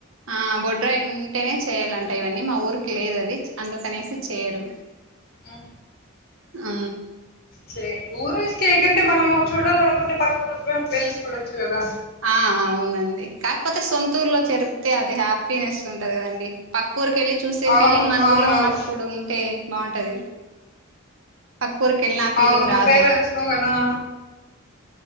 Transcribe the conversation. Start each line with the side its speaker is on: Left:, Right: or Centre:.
Right: ఆ బొడ్రాయి ఉంటేనే చేయ్యాలంట ఇవన్నీ మా ఊరికి లేదు అది అందుకనేసి చేయరు
Left: హు
Right: అ
Left: సరే ఊరు వేసుక ఏకంటే మనము చూడాలనుకుంటే పక్క ఊరు కు వెళ్ళి చూడచ్చు కదా
Right: ఆ అవునండి కాకపోతే సొంతూర్లో చెరిపితే అది హ్యాపీనెస్ ఉంటది కదండి పక్క ఊరికెళ్ళి చూసే
Left: అవును
Right: ఫీలింగ్ మన
Left: అవునవును
Right: ఊర్లో ఉన్నప్పుడు ఉంటే బాగుంటది పక్కూరికి వెళ్ళిన ఆ ఫీలింగ్
Left: అవును
Right: రాదు
Left: పేరెంట్స్ నువ్వు గదా